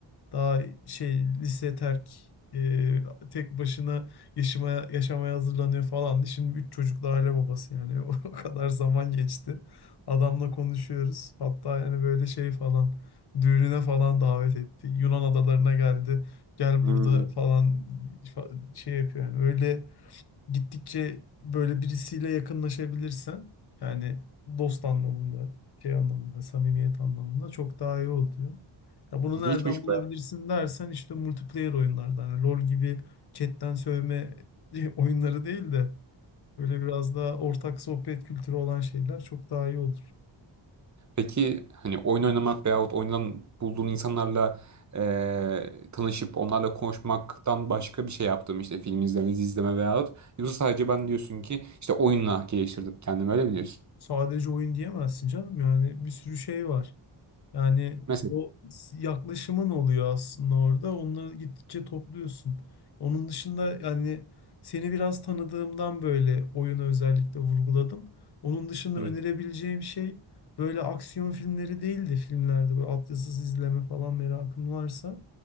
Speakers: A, on the left (about 55°); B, on the right (about 40°).
A: daha şey lise terk e, tek başına yaşamaya, yaşamaya hazırlanıyor falan. Şimdi üç çocuklu aile babası yani <laughs> o kadar zaman geçti. Adamla konuşuyoruz. Hatta yani böyle şey falan düğününe falan davet etti. Yunan adalarına geldi. Gel
B: hmm,
A: burada falan fa- şey yapıyor yani öyle gittikçe böyle birisiyle yakınlaşabilirsen yani dost anlamında şey anlamında samimiyet anlamında çok daha iyi oluyor. Ya bunu
B: ilginçmiş
A: nereden bulabilirsin dersen işte multiplayer oyunlardan hani LoL gibi chatten sövme <laughs> oyunları değil de böyle biraz daha ortak sohbet kültürü olan şeyler çok daha iyi olur.
B: Peki hani oyun oynamak veyahut oyundan bulduğun insanlarla eee, tanışıp onlarla konuşmaktan başka bir şey yaptım işte film izleme, dizi izleme veyahut yoksa sadece ben diyorsun ki işte oyunla geliştirdim kendimi öyle mi diyorsun?
A: Sadece oyun diyemezsin canım yani bir sürü şey var. Yani
B: Mesela
A: o s- yaklaşımın oluyor aslında orada. Onları gittikçe topluyorsun. Onun dışında yani seni biraz tanıdığımdan böyle oyunu özellikle vurguladım. Onun dışında
B: Hı.
A: önerebileceğim şey böyle aksiyon filmleri değil de filmlerde böyle altyazısız izleme falan merakın varsa